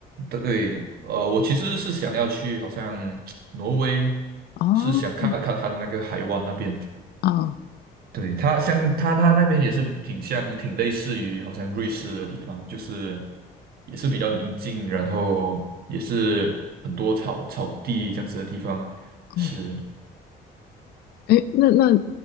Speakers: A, on the right; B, on the left.
A: 对，呃，我其实是想要去好像 <tsk> 挪威，
B: 哦，
A: 是想看看它的那个海湾那边，
B: 哦，
A: 对，它像它它那边也是挺像，挺类似于好像瑞士的地方，就是也是比较宁静，然后也是很多草草地这样子的地方。是，
B: 嗯，哎，那那